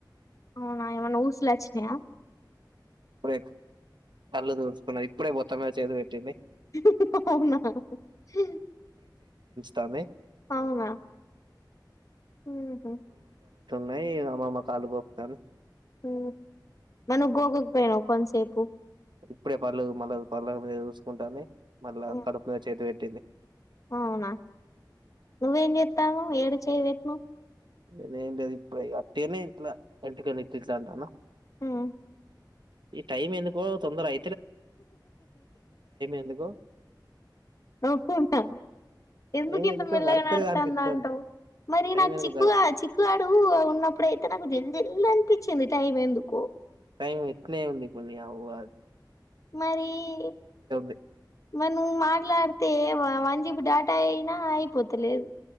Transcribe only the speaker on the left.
అవునా ఏమన్నా ఊస్లాచ్చినయా
ఇహ్హ్ ఇహ్హ్ హ్ అవ్నా హ్
అవునా ఉహామ్
ఉమ్. మరి నువ్ గోకక్ పోయ్నావా కొంత్సేపు
ఉమ్.
అవునా నువ్వేం చేత్తావు ఏడ చెయ్ పెట్నావ్
ఉమ్
నవ్ కుంటా ఎందుకు
ఇంత
మెల్లగా
నడుతుందంటావ్
మరి
నాకు
చిక్కు
చిక్కు గాడు ఉన్నప్పుడైతే నాకు జిల్ జి లొల్లనిపిచ్చింది టైం ఎందుకో
మరి
మరి నువ్ మాట్లాడితే వ వన్ జీ బి డేటా అయినా అయిపోతలేదు